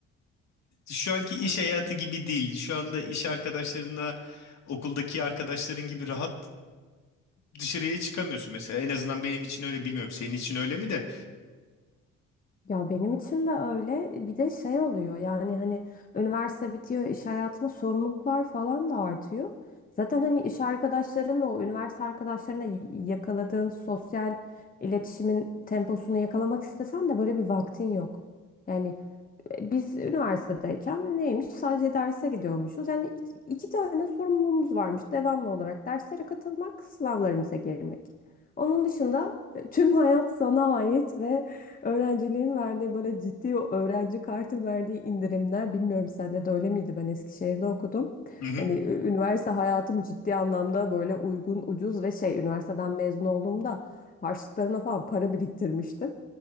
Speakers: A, on the left; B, on the left.
A: şu anki iş hayatı gibi değil. Şu anda iş arkadaşlarınla okuldaki arkadaşların gibi rahat dışarıya çıkamıyorsun mesela. En azından benim için öyle bilmiyorum. Senin için öyle mi de?
B: Ya benim için de öyle. E, Bir de şey oluyor yani hani üniversite bitiyor, iş hayatına sorumluluklar falan da artıyor. Zaten hani iş arkadaşlarınla o üniversite arkadaşlarına y- yakaladığın sosyal iletişimin temposunu yakalamak istesen de böyle bir vaktin yok. Yani biz üniversitedeyken neymiş? Sadece derse gidiyormuşuz. Yani iki, iki tane sorumluluğumuz varmış devamlı olarak. Derslere katılmak, sınavlarımıza girmek. Onun dışında e, tüm hayat sana ait ve öğrenciliğin verdiği böyle ciddi o öğrenci kartı verdiği indirimler. Bilmiyorum sende de öyle miydi? Ben Eskişehir'de okudum.
A: Hı hı.
B: Yani ü- üniversite hayatım ciddi anlamda böyle uygun, ucuz ve şey üniversiteden mezun olduğumda harçlıklarımla falan para biriktirmiştim.